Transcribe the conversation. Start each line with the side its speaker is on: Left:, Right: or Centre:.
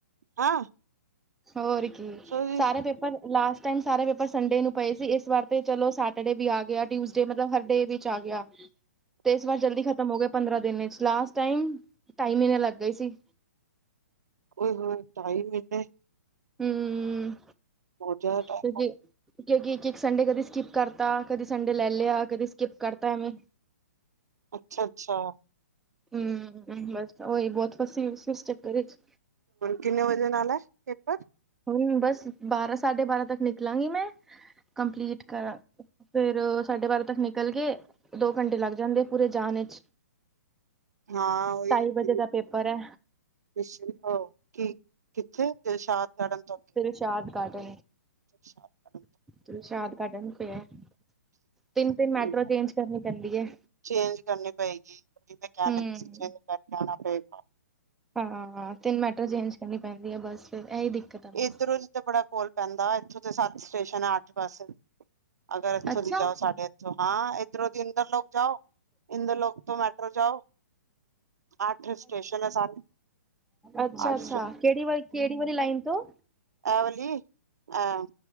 Right: ਹਾਂ।
Centre: ਹੋਰ ਕੀ,
Right: ਸੋਰੀ
Centre: ਸਾਰੇ ਪੇਪਰ ਲਾਸਟ ਟਾਈਮ ਸਾਰੇ ਪੇਪਰ ਸੰਡੇ ਨੂੰ ਪਏ ਸੀ। ਇਸ ਵਾਰ ਤੇ ਚਲੋ ਸੈਟਰਡੇ ਵੀ ਆ ਗਿਆ ਟਿਊਜ਼ਡੇ ਮਤਲਬ ਹਰਡੇ ਵਿੱਚ ਆ ਗਿਆ।
Right: <inaudible>
Centre: ਤੇ ਇਸ ਬਾਾਰ ਜਲਦੀ ਖ਼ਤਮ ਹੋ ਗਏ ਪੰਦਰਾਂ ਦਿਨ 'ਚ' ਲਾਸਟ ਟਾਈਮ ਟਾਈ ਮਹੀਨੇ ਲੱਗ ਗਈ ਸੀ।
Right: ਓਏ ਹੋਏ ਢਾਈ ਮਹੀਨੇ
Centre: ਹਮ,
Right: ਬਹੁਤ ਜ਼ਿਆਦਾ ਟਾਈਮ
Centre: ਕਿਉਂ ਕਿ ਕਿਉਂਕਿ ਇੱਕ-ਇੱਕ ਸੰਡੇ ਕਦੀ ਸਕਿੱਪ ਕਰਤਾ। ਕਦੀ ਸੰਡੇ ਲੈ ਲਿਆ। ਕਦੀ ਸਕਿੱਪ ਕਰਤਾ ਐਵੇਂ
Right: ਅੱਛਾ-ਅੱਛਾ।
Centre: ਹਮ ਬੱਸ ਓਹੀ ਬਹੁਤ ਫਸੀ ਹੋਈ ਸੀ ਇਸ ਚੱਕਰ 'ਚ'
Right: ਕਿੰਨੇ ਵਜੇ ਨਾਲ ਐ ਪੇਪਰ।
Centre: ਹੁਣ ਬੱਸ ਬਾਰਾਂ, ਸਾਢੇ ਬਾਰਾਂ ਤੱਕ ਨਿਕਲਾਂਗੀ ਮੈਂ ਕੰਪਲੀਟ ਕ ਫੇਰ ਸਾਡੇ ਬਾਰਾਂ ਤੱਕ ਨਿਕਲ ਕੇ, ਦੋ ਘੰਟੇ ਲੱਗ ਜਾਂਦੇ ਪੂਰੇ ਜਾਣ ਵਿੱਚ।
Right: ਹਾਂ ਓਹੀ
Centre: ਢਾਈ ਵਜੇ
Right: ਤੇ।
Centre: ਦਾ ਪੇਪਰ ਹੈ
Right: ਹ ਕੀ ਕਿੱਥੇ ਦਿਲਸ਼ਾਂਟ ਤੋਂ ਅਗੇ <unintelligible>
Centre: ਫਸ਼ਾਦ ਘਾਟ <unintelligible>
Right: ਅਛਾ। <unintelligible>
Centre: <unintelligible> ਗਾਰਡਨ ਵਿੱਚ <unintelligible> ਤਿੰਨ- ਤਿੰਨ
Right: ਅੱਗੇ
Centre: ਮੈਟਰੋ ਚੇਂਜ ਕਰਨੀ ਪੈਂਦੀ ਹੈ
Right: ਚੇਂਜ ਕਰਨੀ ਪਏਗੀ, ਉਹ ਵੀ ਮੈਂ ਕਹਿ
Centre: ਹੂੰ
Right: ਲੱਗੀ ਚੇਂਜ ਕਰਨਾ ਨਾਂ ਪਏ।
Centre: ਹਾਂ, ਤਿੰਨ ਮੈਟਰੋ ਚੇਂਜ ਕਰਨੀ ਪੈਂਦੀ ਹੈ ਬਸ ਫਿਰ ਇਹੀ ਦਿੱਕਤ ਆ। ਬਸ
Right: ਇੱਧਰੋਂ ਦੀ ਤੇ ਬੜਾ ਕੋਲ ਪੈਂਦਾ ਇੱਥੋਂ ਤੇ ਸੱਤ ਸਟੇਸ਼ਨ ਆ ਅੱਠ ਬਸ। ਅਗਰ ਇੱਥੋਂ
Centre: ਅੱਛਾ
Right: ਦੀ ਜਾਓ ਸਾਢੇ ਇੱਥੋਂ ਹਾਂ ਇੱਧਰੋਂ ਦੀ ਇੰਦਰ ਲੋਕ ਜਾਓ ਇੰਦਰ ਲੋਕ ਤੋਂ ਮੈਟਰੋ ਜਾਓ। ਅੱਠ ਸਟੇਸ਼ਨ ਸਾਰੇ।
Centre: ਅੱਛਾ-ਅੱਛਾ
Right: ਅੱਠ
Centre: ਕਿਹੜੀ ਵਾਲੀ, ਕਿਹੜੀ ਵਾਲੀ ਲਾਈਨ ਤੋਂ
Right: ਆਵਲੀ, ਆਹ,